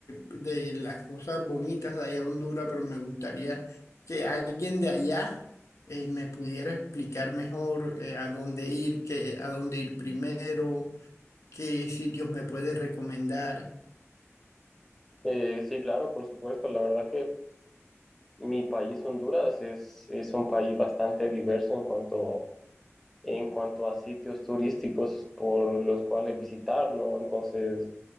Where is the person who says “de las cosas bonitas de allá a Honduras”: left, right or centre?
Left